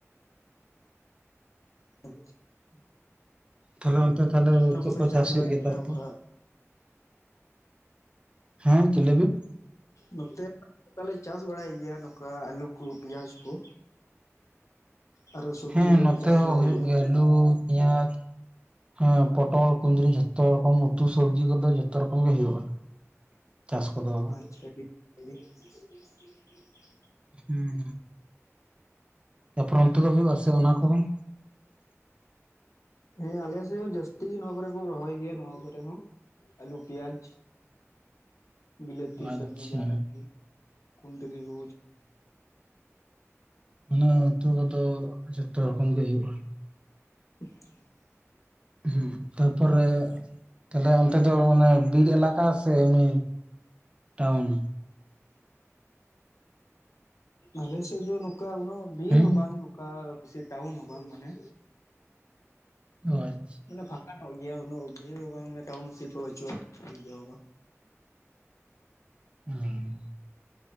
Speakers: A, on the left; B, on the right.
A: <unintelligible>
B: ᱛᱟᱦᱞᱮ ᱚᱱᱛᱮ ᱛᱟᱦᱞᱮ
A: ᱱᱚᱝᱠᱟ
B: ᱪᱮᱫ ᱠᱚ
A: ᱯᱮ
B: ᱪᱟᱥ ᱦᱩᱭᱩᱜ
A: ᱵᱟᱲᱟᱭ
B: ᱜᱮᱭᱟ
A: ᱠᱟᱱᱟ
B: ᱛᱟᱨᱯᱚᱨ?
A: ᱚᱱᱠᱟ
B: ᱦᱮᱸ ᱪᱮᱞᱮᱵᱤᱱ
A: ᱱᱚᱛᱮ ᱱᱚᱝᱠᱟᱞᱮ ᱪᱟᱥ ᱵᱟᱲᱟᱭ ᱜᱮᱭᱟ ᱱᱚᱝᱠᱟ ᱟᱹᱞᱩ ᱠᱚ ᱯᱮᱸᱭᱟᱡᱽ ᱠᱚ᱾ ᱟᱨᱚ ᱥᱚᱵᱽᱡᱤ
B: ᱦᱮᱸ
A: ᱠᱚᱞᱮ
B: ᱱᱚᱛᱮ
A: ᱪᱟᱥ
B: ᱦᱚᱸ
A: ᱵᱟᱲᱟᱭ
B: ᱦᱩᱭᱩᱜ ᱜᱮᱭᱟ ᱟᱹᱞᱩ ᱯᱮᱸᱭᱟᱡᱽ᱾ ᱦᱮᱸ ᱯᱚᱴᱚᱞ ᱠᱩᱸᱫᱽᱨᱤ ᱡᱷᱚᱛᱚ ᱨᱚᱠᱚᱢ ᱩᱛᱩ ᱥᱚᱵᱽᱡᱤ ᱠᱚᱫᱚ ᱡᱷᱚᱛᱚ ᱨᱚᱠᱚᱢ ᱜᱮ ᱦᱩᱭᱩᱜ-ᱟ᱾ <unintelligible> ᱪᱟᱥ ᱠᱚᱫᱚ,
A: <unintelligible>
B: ᱦᱩᱸ ᱛᱟᱯᱚᱨ ᱚᱱᱛᱮ ᱫᱚ ᱦᱩᱭᱩᱜ-ᱟ ᱥᱮ ᱚᱱᱟ ᱠᱚᱦᱚᱸ? <unintelligible>
A: ᱦᱮᱸ ᱟᱞᱮ ᱥᱮᱫ ᱦᱚᱸ ᱡᱟᱹᱥᱛᱤ ᱱᱚᱣᱟ ᱠᱚᱨᱮ ᱠᱚ ᱨᱚᱦᱚᱭ ᱜᱮᱭᱟ ᱱᱚᱣᱟ ᱠᱚᱨᱮ ᱦᱚᱸ ᱟᱹᱞᱩ ᱯᱮᱸᱭᱟᱡᱽ᱾ ᱵᱤᱞᱟᱹᱛᱤ
B: ᱟᱪᱪᱷᱟ
A: ᱥᱚᱵᱡᱤ ᱡᱟᱦᱟᱱᱟᱜ ᱜᱮ ᱠᱩᱸᱫᱽᱨᱤ ᱠᱚ
B: ᱦᱩᱸ ᱚᱱᱟ ᱩᱛᱩ ᱫᱚ ᱡᱚᱛᱚ ᱨᱚᱠᱚᱢ ᱜᱮ ᱦᱩᱭᱩᱜ-ᱟ᱾
A: <unintelligible>
B: ᱦᱩᱸ ᱛᱟᱯᱚᱨᱮ ᱛᱟᱦᱞᱮ ᱚᱱᱛᱮ ᱫᱚ ᱚᱱᱮ ᱵᱤᱨ ᱮᱞᱟᱠᱟ ᱥᱮ ᱮᱢᱱᱤ <unintelligible>
A: ᱟᱞᱮ ᱥᱮᱫ ᱫᱚ ᱱᱚᱝᱠᱟ ᱩᱱᱟᱹᱜ ᱵᱤᱨ
B: ᱦᱩᱸ
A: ᱦᱚᱸ ᱵᱟᱝ ᱱᱚᱝᱠᱟ ᱥᱮ ᱴᱟᱣᱩᱱ ᱦᱚᱸ ᱵᱟᱝ ᱢᱟᱱᱮ
B: ᱚᱡ
A: ᱢᱟᱱᱮ ᱯᱷᱟᱸᱠᱟ ᱧᱚᱜ ᱜᱮᱭᱟ ᱩᱱᱟᱹᱜ ᱵᱷᱤᱲ ᱵᱟᱝ ᱴᱟᱣᱩᱱᱥᱤᱯ ᱦᱚᱸ ᱵᱟᱪᱩᱜ-ᱟ <unintelligible> ᱤᱭᱟᱹ ᱦᱚᱸ ᱵᱟ
B: ᱦᱮᱸ